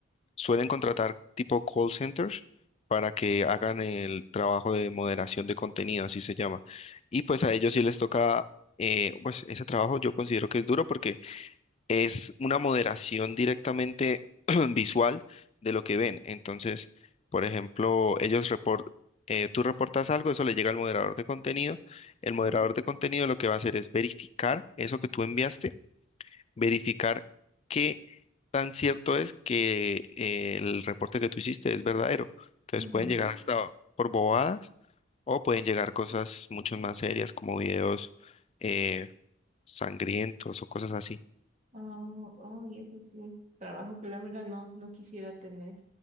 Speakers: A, on the left; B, on the right.
A: suelen contratar tipo call centers para que hagan el trabajo de moderación de contenido, así se llama. Y pues a ellos sí les toca, eh, pues ese trabajo yo considero que es duro porque es una moderación directamente <clears throat> visual de lo que ven. Entonces, por ejemplo, ellos report, eh, tú reportas algo, eso le llega al moderador de contenido. El
B: ok,
A: moderador de contenido lo que va a hacer es verificar eso que tú enviaste, verificar qué tan cierto es que eh, el reporte que tú hiciste es verdadero. Entonces
B: ujú.
A: pueden llegar hasta por bobadas o pueden llegar cosas mucho más serias como videos eh, sangrientos o cosas así.
B: Oh, oh, y ese es un trabajo que la verdad no, no quisiera tener.